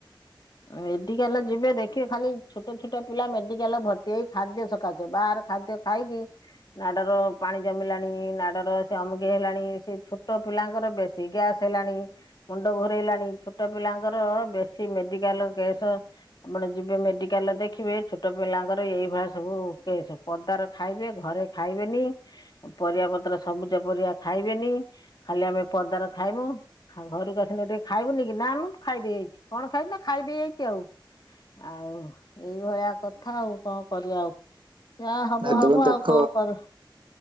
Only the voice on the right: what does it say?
ଭାଇ
ତମେ
ଦେଖ